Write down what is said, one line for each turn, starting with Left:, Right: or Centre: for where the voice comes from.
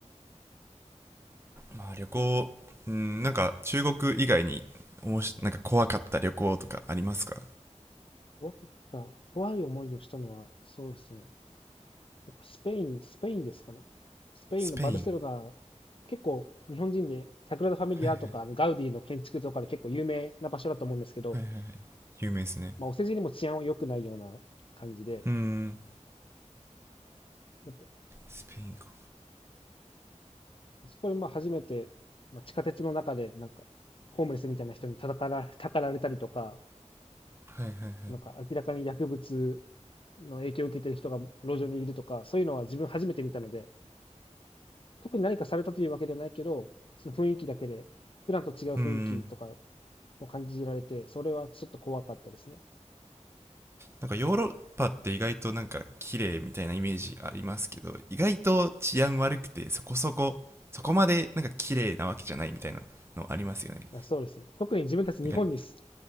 Right: まあ旅行うんなんか中国以外におもしなんか怖かった旅行とかありますか
Left: 怖かった。怖い思いをしたのは、そうですね。やっぱスペイン、スペインですかね。スペインのバルセロナ、
Right: スペイン
Left: 結構日本人で、サグラダ・ファミリアとか、
Right: はいはいは
Left: あのガウディの建築とかで結構有名な場所だと思うんですけど、
Right: いはいはい有名ですね
Left: まあ、お世辞にも治安は良くないような感じで、
Right: うん
Left: やっぱ
Right: スペインか
Left: そこでまあ初めて、まあ、地下鉄の中で、なんか、ホームレスみたいな人に叩から、たかられたりとか、
Right: はいはい
Left: なんか明らかに薬物の影響を受けている人が路上にいるとか、そういうのは自分初めて見たので、特に何かされたというわけではないけど、その雰囲気だけで、普段と違う雰囲気とか
Right: うん
Left: を感じられて、それはちょっと怖かったですね。
Right: なんかヨーロッパって意外となんか綺麗みたいなイメージありますけど意外と治安悪くてそこそこそこまでなんか綺麗なわけじゃないみたいなのありますよね
Left: そうですね。特に自分たち日本に住
Right: なんか